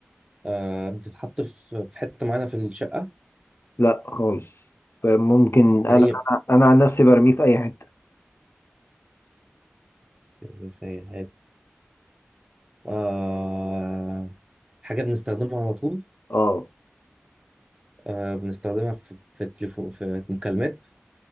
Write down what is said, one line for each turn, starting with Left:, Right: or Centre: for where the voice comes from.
Right: آه بتتحط في في حتة معينة في الشقة
Left: لا خالص فممكن
Right: في
Left: انا
Right: أي
Left: انا أنا عن نفسي برميه في اي حته
Right: رفايات آه حاجة بنستخدمها على طول
Left: اه
Right: آه بنستخدمها في في التليفون في مكالمات